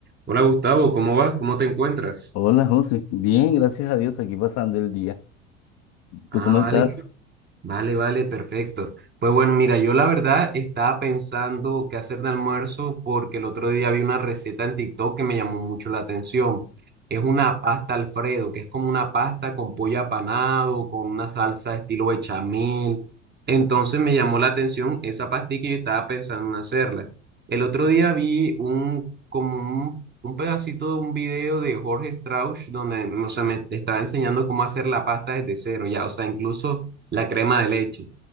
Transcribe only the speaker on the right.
Hola Gustavo, ¿cómo vas? ¿Cómo te encuentras?
Ah,
vale.
Vale, vale, perfecto. Pues bueno, mira, yo la verdad estaba pensando qué hacer de almuerzo porque el otro día vi una receta en TikTok que me llamó mucho la atención. Es una pasta Alfredo, que es como una pasta con pollo apanado, con una salsa estilo bechamel. Entonces me llamó la atención esa pastilla y yo estaba pensando en hacerla. El otro día vi un, como un, un pedacito de un video de Jorge Strauss donde, no sé, me estaba enseñando cómo hacer la pasta desde cero, ya, o sea, incluso la crema de leche.